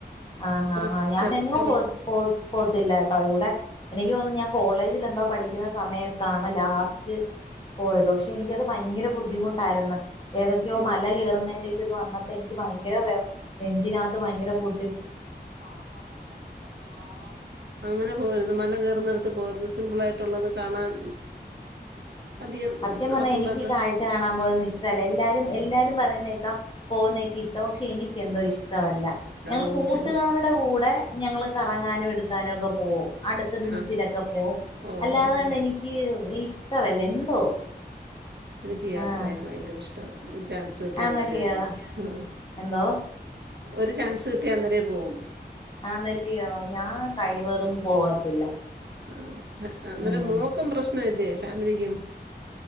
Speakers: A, on the left; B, on the right.
A: ആഹ് ഹാ
B: കുറച്ച്
A: ആഹ് ഞാന് എങ്ങും
B: കുറ
A: പോ പോ പോത്തില്ലാട്ടോ ഇവിടെ. എനിക്ക് തോന്നുന്നു ഞാൻ കോളേജിൽ എന്തോ പഠിക്കുന്ന സമയത്താണ് ലാസ്റ്റ്. പോയത് പക്ഷെ എനിക്കത് ഭയങ്കര ബുദ്ധിമുട്ടായിരുന്നു ഏതൊക്കെയോ
B: ഉം
A: മല കേറുന്നതിന്റെയൊക്കെ ഇത് വന്ന എനിക്ക് ഭയങ്കര ബെ നെഞ്ചിനകത്ത് ഭയങ്കര ബു
B: ശ്വസംമുട്ടലും വെപ്രാളവും അങ്ങനെ പോകരുത് മല കേറുന്നടു ത്ത് പോകരുത് സിമ്പിളായിട്ടുള്ളത് കാണാൻ അധികം
A: സത്യം
B: നടക്കണ്ടത്.
A: പറഞ്ഞാ എനിക്ക് ഈ കാഴ്ച കാണാൻ പോകുന്നത് ഇഷ്ടല്ല എല്ലാരും എല്ലാരും പറയുന്നേക്കാം പോകുന്നൊക്കെ ഇഷ്ടാ പക്ഷെ എനിക്ക് എന്തോ ഇഷ് ഇഷ്ടമല്ല ഞങ്ങള്
B: ഓ
A: കൂട്ടുകാരുടെ
B: ചെല
A: കൂടെ ഞങ്ങള് കറങ്ങാനും എടുക്കാനും ഒക്കെ പോവും അടുത്ത ബീച്ചിലൊക്കെ
B: ആഹ്
A: പോവും
B: ഓഹോ
A: അല്ലാതാണ്ട്
B: ഹോ ഹോ
A: എനിക്ക് ഇഷ്ടല്ല എന്തോ
B: എനിക്ക് യാത്ര
A: ആഹ്
B: ചെയ്യാൻ ഭയങ്കര ഇഷ്ടവാ ചാൻസ് കിട്ടിയ
A: ആന്നല്ലയോ
B: അന്നേരേ പോവും
A: എന്തോ
B: ഒരു ചാൻസ് കിട്ടിയാൽ അന്നേരേ പോവും
A: ആഹ് നെല്ലിയോ ഞാൻ കഴിവതും പോവത്തില്ല
B: ആഹ് അന്നേരം
A: ഉം
B: മോക്കും പ്രശ്നം ഇല്ലേ ഫാമിലിക്കും